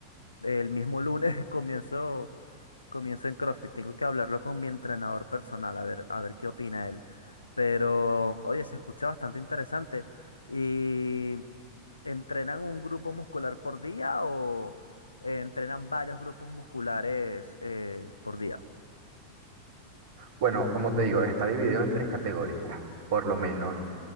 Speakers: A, on the left; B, on the right.
A: el mismo lunes <laughs> comienzo, comienzo en CrossFit. Tengo que hablarlo con mi entrenador personal, a ver, a ver qué opina él. Pero, oye, se escucha bastante interesante. ¿Y entrenan un grupo muscular por día o eh, entrenan varios grupos musculares eh, por día?
B: Bueno, como te digo, está dividido en tres categorías, por lo menos.